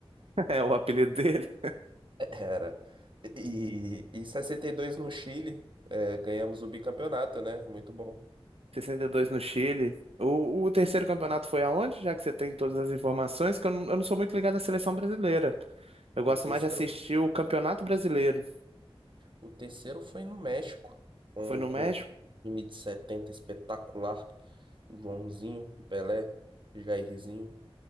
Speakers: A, on the right (about 75°); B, on the right (about 55°).
A: <laughs> É o apelido dele.
B: <laughs> Era. E em 62 no Chile, é, ganhamos o bicampeonato, né? Muito bom.
A: 62 no Chile. O, o terceiro campeonato foi aonde? Já que você tem todas as informações, que eu não, eu não sou muito ligado à seleção brasileira. Eu
B: O
A: gosto
B: terceiro
A: mais de assistir o Campeonato Brasileiro.
B: O terceiro foi no México, com,
A: Foi no
B: com
A: México?
B: o time de 70 espetacular. Joãozinho, Pelé, Jairzinho.